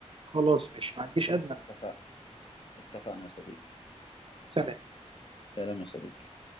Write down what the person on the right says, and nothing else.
خلاص ماشي ما عنديش ادنى مانع
سلام